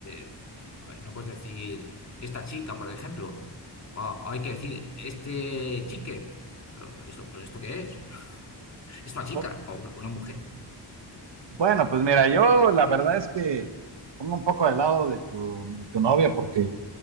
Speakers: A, on the left (about 40°); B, on the right (about 80°).
A: eh, no puedes decir esta chica, por ejemplo, o hay que decir este chique. Pero esto, ¿pero esto qué es? ¿Esta chica
B: Bu-
A: o una una mujer?
B: Bueno, pues mira, yo la verdad es que pongo un poco de lado de tu, de tu novia porque,